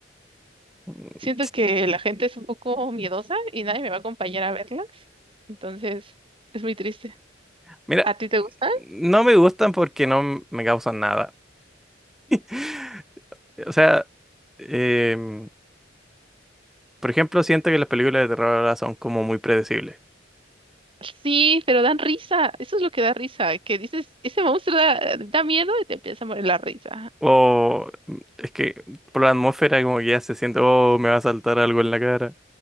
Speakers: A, in the centre; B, on the right (about 30°).
A: Mm,
B: Siento que la gente es un poco miedosa y nadie me va a acompañar a verlas. Entonces, es muy triste.
A: Mira,
B: ¿A ti te gusta?
A: no me gustan porque no m- me causan nada. <laughs> O sea, em, por ejemplo, siento que las películas de terror ahora son como muy predecibles.
B: Sí, pero dan risa. Eso es lo que da risa. Que dices, ese monstruo da, da miedo y te empieza a morir la risa.
A: O mm, es que por la atmósfera como que ya se siente, oh, me va a saltar algo en la cara.